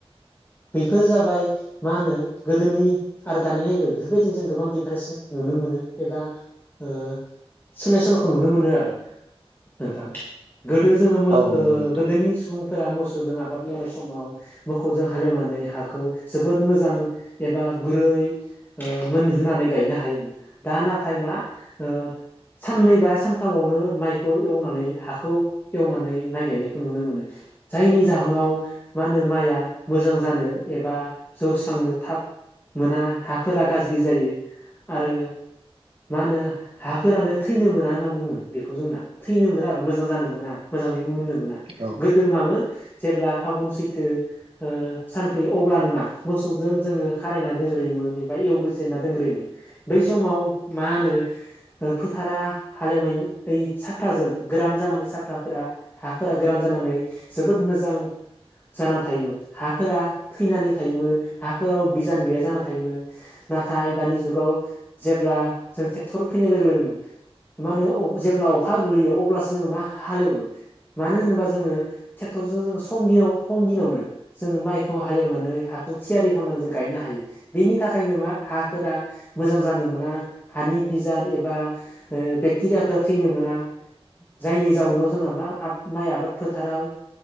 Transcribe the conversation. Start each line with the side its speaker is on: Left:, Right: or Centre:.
Left: बेैफोर जाबाय मा होनो गोदोनि आरो दानि नायबाय बेफोरबायदि जों गोबां नुनो मोनो एबा ओ सोलाय सोल'खौ नुनो मोनो आरो नोंथां गोदो जोङो मो
Right: औ
Left: ओ
Right: नंगौ नोंथां
Left: गोदोनि सुबुं फोर मोसौजों आबाद मावनाय समाव मोखौजों हालेवनानै हाखौ जोबोद मोजां एबा गुरै ओ मोनहोनानै गायनो हायोमोन दा नाथाय मा ओ साननै बा सानथामावनो माइखौ एवनानै हाखौ एवनानै माइ गायनायखौ नुनो मोनो जायनि जाहोनाव मा होनो माइआ मोजां जानो एबा जौस्रांनो थाब मोना हाफोरा गाज्रि जायो। आरो मा होनो हाफोरानो थैनो मोना होनना बुङो बेखौ जोंना थैनो मोना आरो मोजां जानो मोना मोजाङै मोननो मोना
Right: औ
Left: गोदो मामोन जेब्ला फागुन सैथो ओ सानफैयो अब्लानो मा मोसौजों जोङो खारायना दोनग्रोयोमोन एबा एवग्रोजेनना दोनग्रोयोमोन बै समाव मा होनो फोथारा हालेवनायनि साफाजों गोरान जानानै साफ्राफोरा हाफोरा गोरान जानानै जोबोद मोजां जानानै थायोमोन हाफोरा थैनानै थायोमोन हाफोराव बिजान गैया जानानै थायोमोन नाथाय दानि जुग गाव जेब्ला जों ट्रेक्टर फैनाय लोगो लोगोनो मा होनो जेब्ला अखा गोग्लैयो अब्लासो जोङो मा हालेवो मानो होनोबा जोङो ट्रेक्टरजों जोङो सम दिनाव सम दिनावनो जोङो माइखौ हालेवनानै हाखौ थियारि खालामनानै जों गायनो हायो बेनि थाखायनो मा हाफोरा मोजां जानो मोना हानि बिजान एबा ओ बेक्टेरियाखौ थैनो मोना जायनि जाउनाव जोंना मा-माइ आबाद फोथाराव